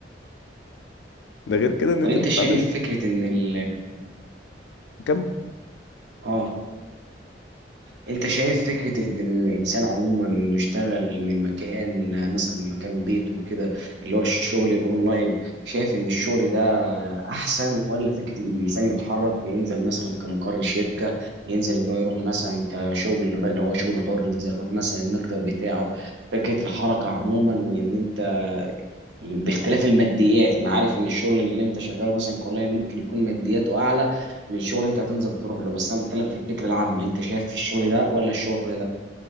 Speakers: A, on the left (about 75°); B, on the right (about 75°).
A: ده غير كده ان
B: طب
A: انت
B: انت
A: بتتعامل
B: شايف فكره ان ال...
A: كمل
B: اه انت شايف فكرة ان الانسان عموما انه يشتغل من مكان مثلا من مكان بيته وكده اللي هو الشغل الاونلاين شايف ان الشغل ده احسن ولا فكرة ان الانسان يتحرك وينزل مثلا كمقر شركة ينزل ان هو يروح مثلا كشغل بقى اللي هو شغل حر ينزل يروح مثلا المكتب بتاعه فكرة الحركة عموما وان انت باختلاف الماديات انا عارف ان الشغل اللي انت شغاله مثلا كونلاين ممكن يكون مادياته اعلى من شغل انت هتنزل تروح له بس انا بتكلم في الفكره العامه انت شايف الشغل ده ولا الشغل ده